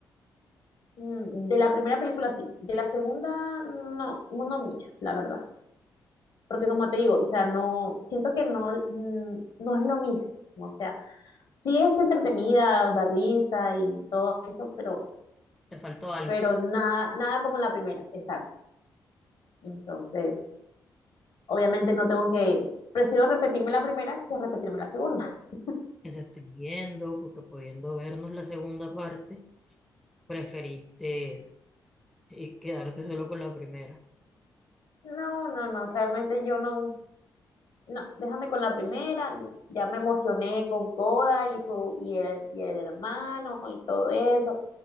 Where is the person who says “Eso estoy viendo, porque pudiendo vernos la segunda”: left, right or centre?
Centre